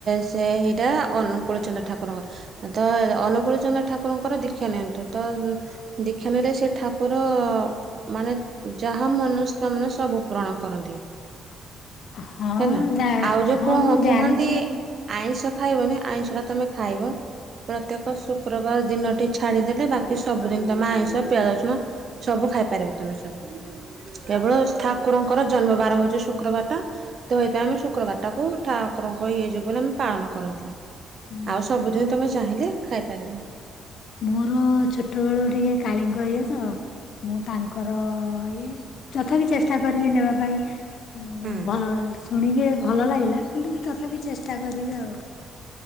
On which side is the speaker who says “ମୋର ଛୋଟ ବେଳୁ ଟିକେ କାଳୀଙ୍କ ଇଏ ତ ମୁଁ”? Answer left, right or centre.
Left